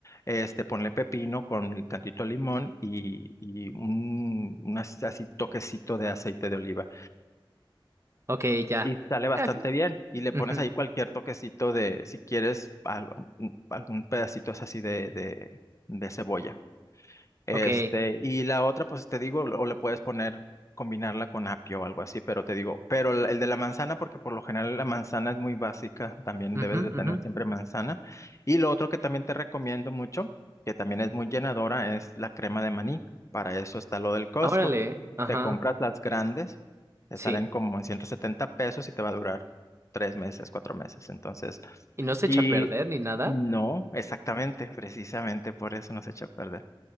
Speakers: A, on the left; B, on the right.
A: este, ponle pepino con tantito limón y, y un, un as- así toquecito de aceite de oliva.
B: Ok, ya.
A: Y sale bastante
B: Eh, fi-
A: bien. Y le
B: ujú,
A: pones ahí cualquier toquecito de, si quieres, al- un- algún pedacito es así de, de, de cebolla. Este,
B: Ok.
A: y la otra, pues te digo, o le puedes poner, combinarla con apio o algo así, pero te digo, pero el, el de la manzana, porque por lo general la manzana es muy básica, también
B: ujú,
A: debes de tener
B: ujú.
A: siempre manzana. Y lo otro que también te recomiendo mucho, que también es muy llenadora, es la crema de maní. Para eso está lo del Costco.
B: Órale, ajá.
A: Te compras las grandes, te
B: Sí.
A: salen como en 170 pesos y te va a durar tres meses, cuatro meses. Entonces,
B: ¿Y no se
A: y
B: echa a perder ni nada?
A: no, exactamente, precisamente por eso nos echa a perder.